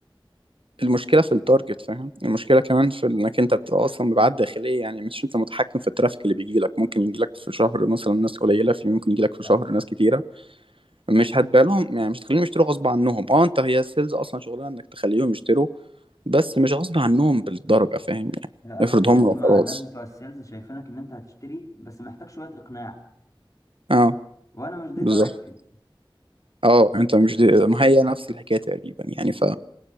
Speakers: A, on the right (about 80°); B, on the left (about 40°).
A: المشكله في التارجت فاهم المشكله كمان في انك انت بتبقى اصلا مبيعات داخليه يعني مش انت متحكم في الترافيك اللي بيجي لك ممكن يجي لك في شهر مثلا ناس قليله في ممكن يجي لك في شهر
B: أف-
A: ناس كتيره مش هتبالهم يعني مش هتخليهم يشتروا غصب عنهم اه انت هي السيلز اصلا شغلها انك تخليهم يشتروا بس مش غصب عنهم بالدرجه فاهم يعني
B: انا
A: افرض
B: مشكلتي
A: هم وخلاص
B: مع الناس بتوع السيلز شايفينك ان انت هتشتري بس محتاج شوية اقناع
A: اه
B: وانا مش دي
A: بالظبط
B: طريقتي
A: اه انت مش دي... ما هي نفس الحكايه تقريبا يعني ف